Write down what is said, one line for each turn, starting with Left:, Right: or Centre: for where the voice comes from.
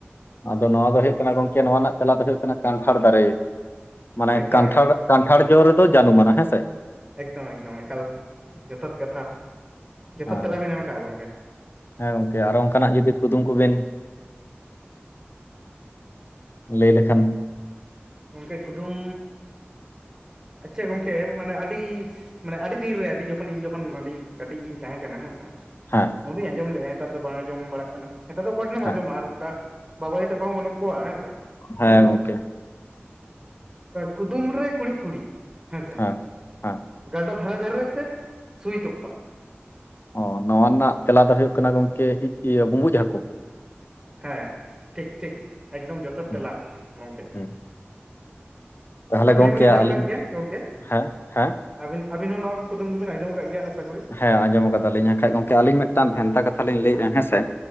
Left: ᱟᱫᱚ ᱱᱚᱣᱟ ᱫᱚ ᱦᱩᱭᱩᱜ ᱠᱟᱱᱟ ᱜᱚᱝᱠᱮ ᱱᱚᱣᱟ ᱨᱮᱱᱟᱜ ᱛᱮᱞᱟ ᱠᱚ ᱫᱚ ᱠᱟᱱᱴᱷᱟᱲ ᱫᱟᱨᱮ ᱢᱟᱱᱮ
Right: ᱮᱠᱫᱚᱢ
Left: ᱠᱟᱱᱴᱷᱟᱲ
Right: ᱮᱠᱫᱚᱢ
Left: ᱠᱟᱱᱴᱷᱟᱲ ᱡᱚ ᱨᱮ ᱫᱚ ᱡᱟᱹᱱᱩᱢᱟᱱᱟ ᱦᱮᱸᱥᱮ
Right: ᱮᱠᱫᱚᱢ ᱮᱠᱫᱚᱢ ᱮᱠᱟᱞ ᱡᱚᱛᱷᱟᱛ ᱠᱟᱛᱷᱟ ᱡᱚᱛᱷᱟᱛ
Left: ᱦᱮᱸ
Right: ᱛᱮᱞᱟᱵᱤᱱ ᱮᱢ ᱟᱠᱟᱜᱼᱟ ᱜᱚᱝᱠᱮ
Left: ᱦᱮᱸ ᱜᱚᱝᱠᱮ ᱟᱨᱚ ᱚᱝᱠᱟᱱᱟᱜ ᱡᱩᱫᱤ ᱠᱩᱫᱩᱢ ᱠᱚᱵᱮᱱ ᱞᱟᱹᱭ ᱞᱮᱠᱷᱟᱱ
Right: ᱜᱚᱝᱠᱮ ᱠᱩᱫᱩᱢ ᱟᱪᱷᱟ ᱜᱚᱝᱠᱮ ᱢᱟᱱᱮ ᱟᱹᱰᱤ ᱢᱟᱱᱮ ᱟᱹᱰᱤ ᱫᱤᱱ ᱨᱮ ᱟᱹᱰᱤ ᱡᱚᱠᱷᱚᱱ ᱤᱧ ᱡᱚᱠᱷᱚᱱ ᱟᱹᱰᱤ ᱠᱟᱹᱴᱤᱡ ᱤᱧ ᱛᱟᱦᱮᱸ ᱠᱟᱱᱟ ᱦᱮᱸᱥᱮ
Left: ᱦᱮᱸ
Right: ᱩᱱᱫᱚᱧ ᱟᱸᱡᱚᱢ ᱞᱮᱜ-ᱟ ᱱᱮᱛᱟᱨ ᱫᱚ ᱵᱟᱝ ᱟᱸᱡᱚᱢ ᱵᱟᱲᱟᱜ ᱠᱟᱱᱟ ᱱᱮᱛᱟᱨ ᱫᱚ ᱚᱠᱚᱭ ᱴᱷᱮᱱᱮᱢ
Left: ᱦᱮᱸ
Right: ᱟᱸᱡᱚᱢᱟ ᱟᱨ ᱚᱝᱠᱟ ᱵᱟᱵᱟ ᱟᱭᱩ ᱛᱟᱠᱚ ᱦᱚᱸ ᱵᱟᱹᱱᱩᱜ ᱠᱚᱣᱟ ᱦᱮᱸ ᱥᱮ
Left: ᱦᱮᱸ ᱜᱚᱝᱠᱮ
Right: ᱠᱩᱫᱩᱢ ᱨᱮ ᱠᱩᱬᱤᱫ ᱠᱩᱬᱤᱫ ᱦᱮᱸᱥᱮ
Left: ᱦᱮᱸ ᱦᱮᱸ
Right: ᱜᱟᱰᱟ ᱫᱷᱟᱨᱮ ᱫᱷᱟᱨᱮ ᱛᱮ ᱥᱩᱭ ᱛᱚᱯᱟ
Left: ᱚ ᱱᱚᱣᱟ ᱨᱮᱱᱟᱜ ᱛᱮᱞᱟ ᱫᱚ ᱦᱩᱭᱩᱜ ᱠᱟᱱᱟ ᱜᱚᱝᱠᱮ ᱤᱭᱟᱹ ᱵᱩᱢᱵᱩᱡ ᱦᱟᱹᱠᱩ
Right: ᱦᱮᱸ ᱴᱷᱤᱠ ᱴᱷᱤᱠ ᱮᱠᱫᱚᱢ ᱡᱚᱛᱷᱟᱛ
Left: ᱦᱩᱸ
Right: ᱛᱮᱞᱟ ᱜᱚᱝᱠᱮ
Left: ᱦᱩᱸ ᱛᱟᱦᱚᱞᱮ
Right: ᱟᱹᱵᱤᱱ
Left: ᱜᱚᱝᱠᱮ
Right: ᱦᱚᱸᱵᱤᱱ ᱟᱸᱡᱚᱢ
Left: ᱟᱹᱞᱤᱧ
Right: ᱠᱟᱫ ᱜᱮᱭᱟ
Left: ᱠᱤ-
Right: ᱜᱚᱝᱠᱮ
Left: ᱦᱮᱸ ᱦᱮᱸ
Right: ᱟᱹᱵᱤᱱ ᱟᱹᱵᱤᱱ ᱦᱚᱸ ᱱᱚᱣᱟ ᱠᱚ ᱠᱩᱫᱩᱢ ᱫᱚᱵᱤᱱ ᱟᱸᱡᱚᱢ ᱠᱟᱜ ᱜᱮᱭᱟ ᱟᱥᱟ ᱠᱚᱨᱤ
Left: ᱦᱮᱸ ᱟᱸᱡᱚᱢ ᱠᱟᱫᱟᱞᱤᱧ ᱮᱱᱠᱦᱟᱡ ᱜᱚᱝᱠᱮ ᱟᱹᱞᱤᱧ ᱢᱤᱫᱴᱟᱝ ᱵᱷᱮᱱᱛᱟ ᱠᱟᱛᱷᱟ ᱞᱤᱧ ᱞᱟᱹᱭᱮᱜᱼᱟ ᱦᱮᱸ ᱥᱮ